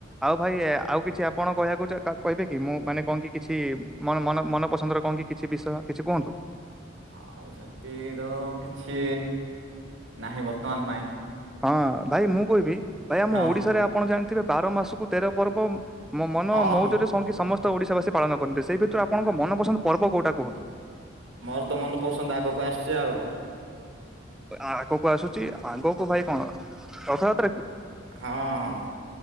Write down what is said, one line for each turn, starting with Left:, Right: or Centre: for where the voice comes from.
Centre: ଆଉ ଭାଇ ଆଉ କିଛି ଆପଣ କହିବାକୁ କହିବେ କି ମୁଁ ମାନେ କଣ କି କିଛି ମ ମନପସନ୍ଦର କଣ କି କିଛି ବିଷୟ କିଛି କୁହନ୍ତୁ।
Right: ଆଉ ସେମତି ତ କିଛି ନାହିଁ ବର୍ତ୍ତମାନ ପାଇଁ।
Centre: ହଁ ଭାଇ ମୁଁ କହିବି ଭାଇ ଆମ
Right: ହଁ
Centre: ଓଡିଶାରେ ଆପଣ ଜାଣିଥିବେ ବାର ମାସକୁ ତେର ପର୍ବ ମୋ ମନ
Right: ହଁ
Centre: ମଉଜରେ
Right: ହଁ
Centre: ସ କି ସମସ୍ତେ ଓଡ଼ିଶାବାସୀ ପାଳନ କରନ୍ତିି ସେ ଭିତରୁ ଆପଣଙ୍କ ମନପସନ୍ଦ ପର୍ବ କୋଉଟା କୁହନ୍ତୁ।
Right: ମୋର ତ ମନ ପସନ୍ଦ ଆଗକୁ ଆସିଛି ଆଉ।
Centre: ଆଗକୁ ଆସୁଛି ଆଗକୁ ଭାଇ କଣ ରଥଯାତ୍ରା କି?
Right: ହଁ ହଁ।